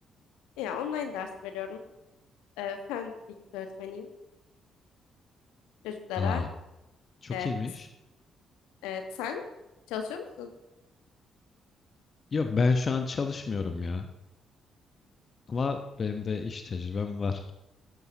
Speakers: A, on the left; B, on the left.
A: Ya online ders veriyorum. E, fen bilgisi öğretmeniyim çocuklara.
B: Aa, çok
A: Evet.
B: iyiymiş.
A: Evet, sen çalışıyor musun?
B: Yok, ben şu an çalışmıyorum ya. Ama benim de iş tecrübem var.